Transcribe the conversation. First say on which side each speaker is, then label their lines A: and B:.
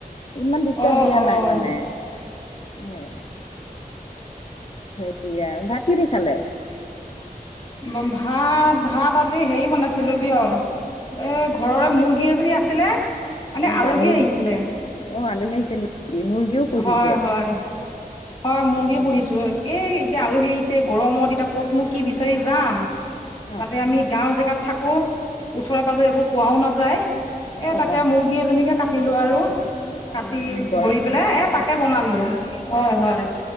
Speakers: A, on the left; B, on the left.
A: ইমান ডিষ্টাৰ্ব
B: অ
A: দিয়া
B: অ
A: নাই মানে <inaudible> সেয়া ভাত কি দি খালে।
B: ব ভাত ভাত আজি হেৰি বনাইছিলো দিয়। এ ঘৰৰে মুৰ্গী এজনী আছিলে। মানে
A: অঁ,
B: আলহী
A: বা মুৰ
B: আহিছিলে
A: অঁ আলহী আহিছিল নেকি মুৰ্গীও পুহিছে।
B: হয় হয়, হয়, মুৰ্গী
A: অ
B: পুহীছো। এই এতিয়া আলহী আহিছে গৰমত এতিয়া ক'তনো কি বিচাৰি যাম।
A: অ
B: তাতে আমি গাঁও জেগাত থাকো ওচৰে পাঁজৰে একো পোৱাও নাযায়। এ
A: অ
B: তাকে
A: অ
B: মুৰ্গী এজনীকে কাটিলো আৰু
A: অ
B: কাটি
A: গৰম
B: ধৈ। প্লে এ তাকে বনলো। হয় হয়